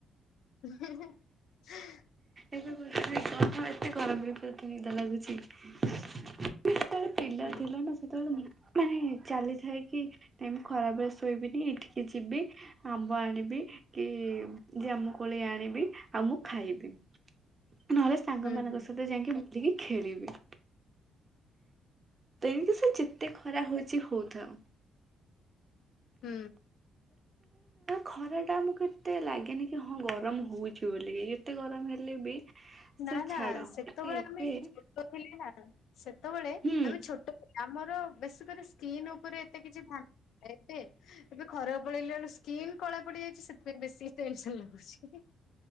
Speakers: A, on the left; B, on the right.
A: <inaudible>
B: ଏବେ ଏତେ ଗରମ ଏତେ ଗରମରେ ତତେ ନିଦ ଲାଗୁଛି। ସେତେବେଳେ ପିଲା
A: ହୁଁ
B: ଥିଲନା ସେତେବେଳେ ମୁ ମାନେ ଚାଲିଥାଏ କି ନାଇ ମୁ ଖରାବେଳେ ଶୋଇବିନି ଏଇଠିକି ଯିବି। ଆମ୍ବ ଆଣିବି କି ଯୋମୁ କୋଳି ଆଣିବି ଆଉ ମୁଁ ଖାଇବି। ନହେଲେ ସାଙ୍ଗ
A: ହୁଁ
B: ମାନଙ୍କ ସହିତ ଯାଇକି ବୁଲିକି ଖେଳିବି। ତେଣିକି ସେ ଯେତେ ଖରା ହଉଛି ହଉଥାଉ।
A: ହୁଁ।
B: ଖରାଟା ଆମକୁ ଏତେ ଲାଗେନି କି ହଁ ଗରମ ହଉଛି ବୋଲିକି ଯେତେ ଗରମ ହେଲେ ବି। ସେ
A: ନା ନା
B: ଛାଡ
A: ସେତେବେଳେ
B: କିନ୍ତୁ ଏବେ
A: ଆମେ ଛୋଟ ଥିଲେ ନା। ସେତେବେଳେ
B: ହୁଁ
A: ଆମେ ଛୋଟ ଲେ ଆମର ବେଶ କରି ସ୍କିନ୍ ଉପରେ ଏତେ କିଛି ଧା ଏବେ। ଏବେ ଖରା ପଳେଇଲା ବେଳୁ ସ୍କିନ୍ କଳା ପଡି ଯାଇଛି ସେଥିପାଇଁ ବେଶୀ ଟେନସନ ଲାଗୁଛି।